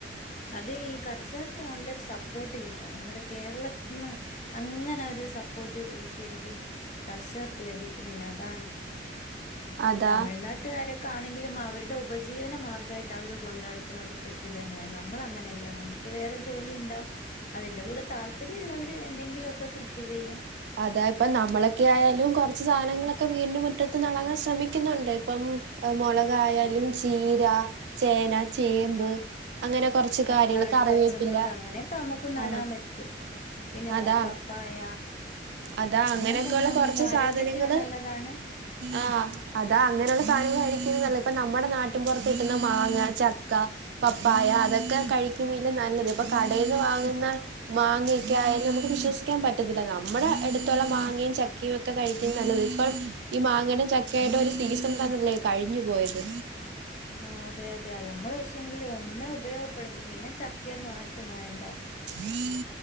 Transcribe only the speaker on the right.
അതാ
അതാ ഇപ്പ നമ്മളൊക്കെ ആയാലും കുറച്ച് സാധങ്ങളൊക്കെ വീടിന് മുറ്റത്ത് നടാൻ ശ്രമിക്കുന്നുണ്ട് ഇപ്പം മുളകായാലും ചീര ചേന, ചേമ്പ്
അങ്ങനെ കൊറച്ച്
കാര്യങ്ങള് കറിവേപ്പില
ആഹ്
അതാ
അതാ അങ്ങനെയൊക്കെ
ഉള്ള
കുറച്ച്
സാധനങ്ങള്
ആഹ് അതാ അങ്ങനെയുള്ള സാനങ്ങൾ കഴിക്കുന്നത് നല്ല ഇപ്പ നമ്മുടെ നാട്ടിൻ പുറത്ത് കിട്ടുന്ന മാങ്ങ ചക്ക, പപ്പായ അതൊക്കെ കഴിക്കുന്നില്ല നല്ലത് ഇപ്പൊ കടയിന്ന് വാങ്ങുന്ന- മാങ്ങയൊക്കെ ആയാലും നമുക്ക് വിശ്വസിക്കാൻ പ റ്റുന്നില്ല നമ്മുടെ അടുത്തുള്ള മാങ്ങയും ചക്കയും ഒക്കെ കഴിക്കണ് നല്ലത് ഇപ്പം ഈ മാങ്ങയുടെയും ച ക്കേടെ ഒരു സീസൺ തന്നല്ലേ കഴിഞ്ഞു പോയത്
<inaudible>